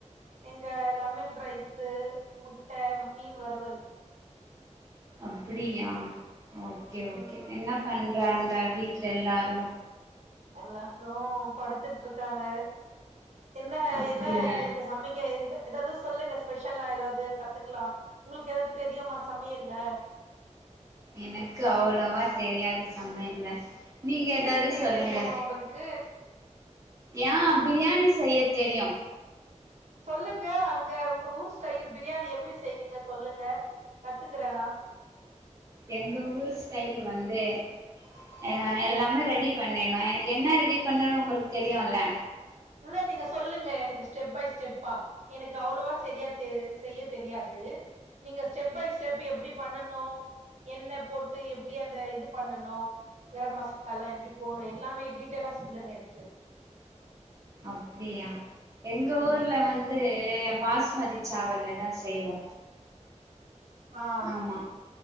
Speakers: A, on the right (about 70°); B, on the right (about 25°).
A: எங்க லெமன் ரைஸு முட்ட மீன் வறுவல்
B: அப்டியா ஓகே
A: ம்
B: ஓகே என்ன பண்றாங்க வீட்ல எல்லாரு
A: உள்ளஹ் ரூம் படுத்துட்ருக்காங்க என்ன
B: அப்டியா
A: என்ன இவுங்களுக்கு சமக்க இது எதாது சொல்லுங்க ஸ்பெஷல்லா ஏதாது கத்துக்லா உங்களுக்கு எதாது தெரியுமா சமையல்ல
B: எனக்கு அவ்ளவா தெரியாது சமையல்ல நீங்க
A: பிரியாணி
B: ஏதாது
A: செய்ய
B: சொல்லுங்க
A: தெரியுமா உங்களுக்கு
B: ஏ ப்ரியாணி செய்ய தெரியு
A: சொல்லுங்க அங்க உங்க ஊர் ஸ்டைல் ப்ரியாணி எப்டி செய்வீங்க சொல்லுங்க கத்துக்றே நா
B: எங்க ஊர் ஸ்டைல் வந்து அ எல்லாமே ரெடி பண்ணிற்ணு இங் என்ன ரெடி பண்ணுனு உங்களுக்கு தெரியும்ல
A: உள்ள நீங்க சொல்லுங்க எனக்கு ஸ்டெப் பை ஸ்டெப்பா எனக்கு அவ்ளோவா சரியா தெரி செய்ய தெரியாது நீங்க ஸ்டெப் பை ஸ்டெப் எப்டி பண்ணணு என்ன போட்டு எப்டி அந்த இது பண்ணணு கரம்மசாலா எப்படி போடணு எல்லாமே டீட்டெயிலா சொல்லுங்க எனக்கு
B: அப்டியா எங்க ஊர்ல
A: ம்
B: வந்து பாஸ்மதி சாவல்லதா செய்வோ
A: ஆ
B: ஆமா